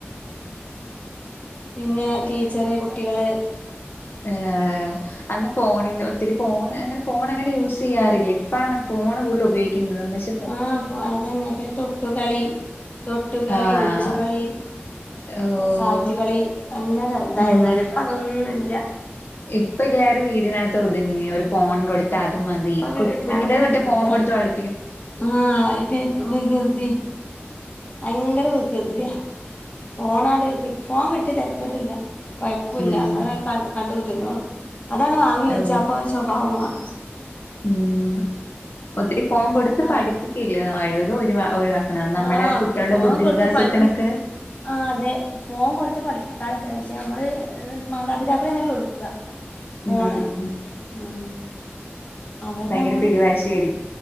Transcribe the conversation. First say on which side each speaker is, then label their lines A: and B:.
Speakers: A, on the left (about 30°); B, on the left (about 50°).
A: പിന്നെ ടീച്ചെറ് കുട്ടികൾ
B: ഏഹ് അന്ന് ഫോണിന്റെ ഒത്തിരി ഫോണ് അങ്ങനെ ഫോൺ അങ്ങനെ യൂസ് ചെയ്യാറില്ലെയ് ഇപ്പളാണ് ഫോണ് കൂട്തെലും ഉപയോഗിക്കുന്നെതും പക്ഷേ
A: ആഹ് ഇപ്പോ അതെന്നെ പിന്നെ തൊട്ടുകളി തൊട്ടുകളി
B: ആഹ്
A: ഒൾച്ചു കളി
B: ഓഹ്
A: സാറ്റ് കളി നല്ല ര ഇതായിരുന്നു
B: ഉം
A: ലെ ഇപ്പ അതൊന്നും ഇല്ല
B: ഇപ്പ എല്ലാരും വീട് ട്ട്ന് അകത്ത് ഒത്ങ്ങി ഒരു ഫോൺ കൊട്ത്താ അത് മതി
A: ഇപ്പൊ വീട്ടിനകത്ത്
B: കുട് കുഞ്ഞിലെ തൊട്ടെ
A: കുത്തിരിക്ക
B: ഫോൺ കൊട്ത്ത് വള
A: ആഹ് ഇപ്പ ഈ വികൃതി ഭയങ്കര വികൃതിയാ ഫോണാണ്ട് കിട്ട് ഫോൺ കിട്ടിയാ തെര്ക്കെട് ഇല്ലാ കൊഴ്പ്പുല്ലാ
B: ഉം
A: അവെര് കൺ കണ്ട് കുത്തെർന്നോളും ഇതാണ്ട് വാങ്ങി വെച്ചാ
B: ഓ
A: അപ്പം അവരെ സ്വഭാവം മാറും
B: ഉം ഒത്തിരി ഫോൺ കൊടുത്ത്
A: അതാണ്
B: പഠിപ്പിക്ക അല്ലെ ആഴെത് ഒര്പാ ഒഴിവാ ക്ക്ണാ നമ്മുടെ
A: ആഹ്
B: കുട്ടിയളുടെ
A: ഫോൺ
B: ബുദ്ധി
A: കൊടുത്ത്
B: വികാസത്തിനൊക്കെ
A: പഠിപ്പി ആഹ് അതെ ഫോൺ കൊട്ത്ത് പഠിപ്പിക്കാതെ ഇക്കെന്നെ ക്ഷെ നമ്മെൾ മാതാപിതാക്കളെന്നെ കൊട്ക്കാ ഫോണ്
B: ഉം
A: ഉം അവര്
B: ഭയങ്കര
A: നമ്മള്
B: പിടിവാശി ആയിരി